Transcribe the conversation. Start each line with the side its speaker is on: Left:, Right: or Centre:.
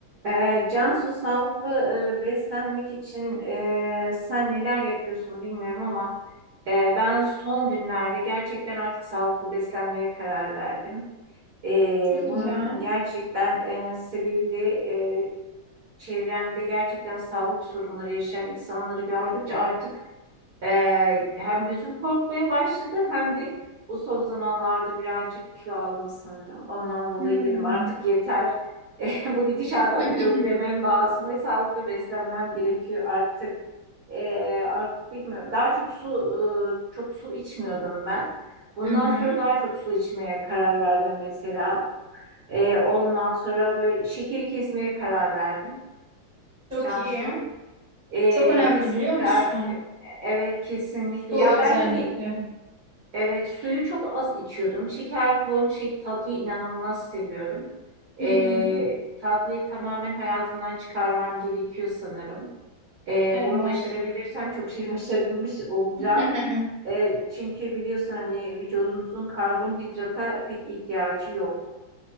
Right: Ee, Cansu sağlıklı e, beslenmek için e, sen neler yapıyorsun bilmiyorum ama e, ben son günlerde gerçekten artık sağlıklı beslenmeye karar verdim. E,
Centre: Çok güzel.
Right: bunun gerçekten e, sebebi de e, çevremde gerçekten sağlık sorunları yaşayan insanları gördükçe artık ee, hem gözüm korkmaya başladı hem de bu son zamanlarda birazcık kilo aldım sanırım. Ondan dolayı
Centre: Hmm.
Right: dedim artık yeter. <laughs> Eh, bu gidişata
Centre: Hı
Right: bir dur
Centre: hı. hı.
Right: demem lazım ve sağlıklı beslenmem gerekiyor artık. Ee, artık bilmiyorum. Daha çok su e, çok su içmiyordum ben. Bundan
Centre: Hı hı.
Right: sonra daha çok su içmeye karar verdim mesela. Ee, ondan sonra böyle şekeri kesmeye karar verdim.
Centre: Çok
Right: Cansu.
Centre: iyi.
Right: Ee,
Centre: Çok önemli
Right: kesinlikle
Centre: biliyor musun?
Right: artık e, evet kesinlikle
Centre: Su
Right: ya
Centre: özellikle.
Right: ben hani evet suyu çok az içiyordum şeker kullanıp şey tatlıyı inanılmaz seviyorum
Centre: Hı
Right: Ee,
Centre: hı.
Right: tatlıyı tamamen hayatımdan çıkarmam gerekiyor sanırım Ee,
Centre: Evet.
Right: bunu başarabilirsem çok şey <laughs> başarılmış olacağım
Centre: <laughs>
Right: Ee, çünkü biliyorsun hani vücudumuzun karbonhidrata pek ihtiyacı yok